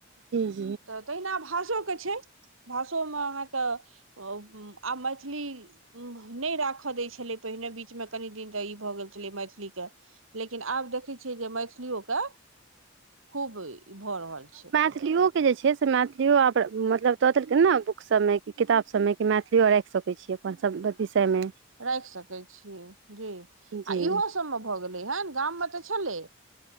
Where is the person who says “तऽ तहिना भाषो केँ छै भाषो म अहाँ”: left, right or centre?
Right